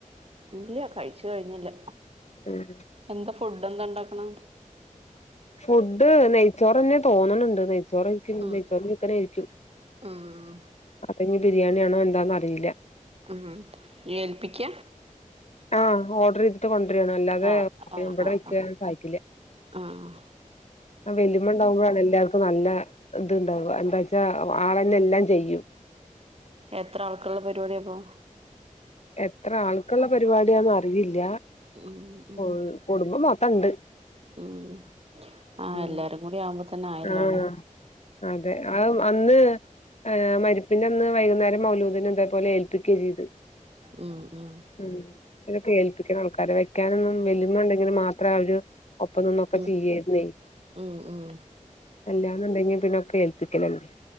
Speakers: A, on the right; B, on the left.
A: ഇല്ല കഴിച്ച് കഴിഞ്ഞില്ല
B: ഉം
A: എന്താ ഫുഡ്ന്താ ഇണ്ടാക്ണ്
B: ഫുഡ് നെയ്ച്ചോറ്ന്നെ തോന്ന്ണ് ണ്ട് നെയ്ച്ചോറെയ്രിക്കും
A: ഉം
B: നെയ്ച്ചോറും ചിക്കനും ആയിരിക്കും
A: ഉം
B: അതാ ഇഞ് ബിരിയാണിയാണോ എന്താന്നറിയില്ല
A: ആഹ് ഏൽപ്പിക്കാ?
B: ആഹ് ഓഡ്ർ ചെയ്തിട്ട് കൊണ്ട്രാണ് അല്ലാതെ
A: ആഹ് ആഹ്
B: ഇവിടെ
A: ആഹ്
B: വെക്കല്
A: ആഹ്
B: സായിക്കില്ല
A: ആഹ്
B: ആഹ് വലിമ്മ ഇണ്ടാവുമ്പഴാണ് എല്ലാർക്കും നല്ല ത്ണ്ടാവ എന്താച്ചാ ആളന്നെ എല്ലാം ചെയ്യും
A: എത്ര ആൾക്ക്ള്ള പരിപാടിയാപ്പോ?
B: എത്ര ആൾക്ക്ള്ള പരിപാടി ആന്ന് അറിയില്ല
A: ഉം
B: ഫുൾ
A: ഉം
B: കുടുംബം മൊത്തണ്ട്
A: ഉം ആഹ്
B: ഉം
A: എല്ലാരും കൂടി ആവുമ്പോ തന്നെ ആയല്ലോ
B: ആഹ്
A: അല്ലെ
B: അതെയാ ആഹ് അന്ന് മരിപ്പിന്റെ അന്ന് വൈകുന്നേരം മൗലൂദിന് ഇതേ പോലെ ഏൽപ്പിക്ക ചെയ്ത്
A: ഉം ഉം
B: ഉം ഇതിനോക്കെ ഏൽപ്പിക്ക്ണ ആൾക്കാരെ വെക്കാനൊന്നും വല്ലിമ്മ ഇണ്ടെങ്കില് മാത്രാ ആഹ് ഒരു ഒപ്പം നിന്നൊക്കെ
A: ഉം
B: ചെയ്യുന്നേ
A: ഉം ഉം
B: അല്ലാന്നുണ്ടെങ്കി പിന്നൊക്കെ ഏൽപ്പിക്കലന്നെ